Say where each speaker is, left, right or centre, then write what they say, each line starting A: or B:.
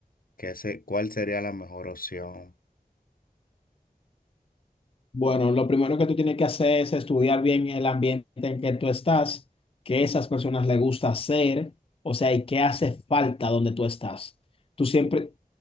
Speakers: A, on the left; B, on the left.
A: qué se, cuál sería la mejor opción.
B: Bueno, lo primero que tú tienes que hacer es estudiar bien el ambiente en que tú estás, qué esas personas les gusta hacer, o sea, y qué hace falta donde tú estás. Tú siempre,